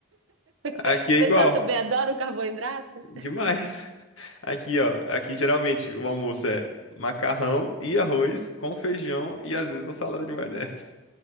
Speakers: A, on the left; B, on the right.
A: Aqui
B: O
A: é
B: pessoal
A: igual,
B: também adora o carboidrato.
A: demais. Aqui, ó, aqui geralmente o almoço é macarrão e arroz com feijão e às vezes uma salada de maionese.